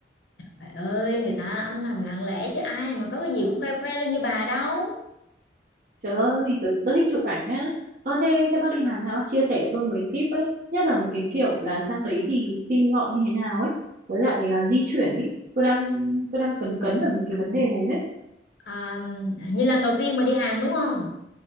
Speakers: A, on the left (about 70°); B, on the right (about 50°).
A: Trời ơi, người ta âm thầm lặng lẽ chứ ai mà có cái gì cũng khoe khoe lên như bà đâu.
B: trời ơi tôi, tôi thích chụp ảnh á ơ thế thế bác đi Hàn nào bác chia sẻ cho tôi mấy tip ấy nhất là mấy cái kiểu là sang đấy thì sim gọi như thế nào ấy với lại à, di chuyển ấy tôi đang tôi đang cấn cấn ở mấy cái vấn đề đấy đấy
A: À, như lần đầu tiên mà đi Hàn đúng không?